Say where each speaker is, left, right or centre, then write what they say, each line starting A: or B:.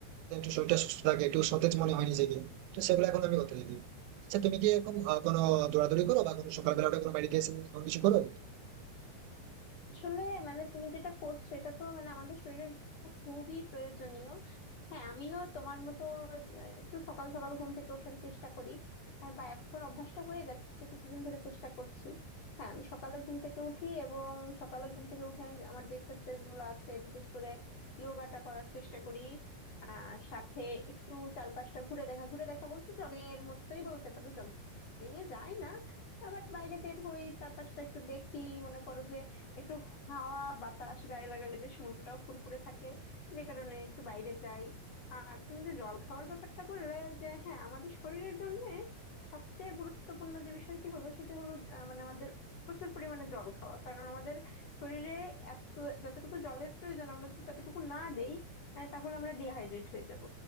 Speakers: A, on the right; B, on the left.
A: তো একটু শরীরটা সুস্থ থাকে একটু সতেজ মনে হয় নিজেকে তো সেগুলো এখন আমি করতে থাকি আচ্ছা তুমি কি এরকম আহ, কোনো দৌড়াদৌড়ি করো বা কোনো সকালবেলা উঠে কোনো মেডিটেশন কিছু করো
B: আসলে মানে তুমি যেটা করছো এটা তো মানে আমাদের শরীরের জন্য খুবই প্রয়োজনীয় হ্যাঁ আমিও তোমার মতো আহ, একটু সকাল সকাল ঘুম থেকে ওঠার চেষ্টা করি আহ, বা এখন অভ্যাসটা হয়ে গেছে কিছুদিন ধরে চেষ্টা করছি হ্যাঁ আমি সকালে ঘুম থেকে উঠি এবং সকালে ঘুম থেকে উঠে আমি আমার যে এক্সারসাইজ গুলো আছে বিশেষ করে যোগাটা করার চেষ্টা করি আহ সাথে একটু চারপাশটা ঘুরে দেখা ঘুরে দেখা বলতে জগিং এর মতোই বলতে পারো জগিং এ যাই না আবার বাইরে বের হই চারপাশটা একটু দেখি মনে করো যে একটু হাওয়া বাতাস গায়ে লাগালে বেশ মনটাও ফুরফুরে থাকে যে কারণে একটু বাইরে যাই আর তুমি যে জল খাওয়ার ব্যাপারটা বললে যে হ্যাঁ আমাদের শরীরের জন্য সবচেয়ে গুরুত্বপূর্ণ যে বিষয়টি হলো সেটা হলো আহ, মানে আমাদের প্রচুর পরিমাণে জল খাওয়া কারণ আমাদের শরীরে এত যতটুকু জলের প্রয়োজন আমরা যদি ততটুকু না দেই আহ, তাহলে আমরা ডিহাইড্রেট হয়ে যাব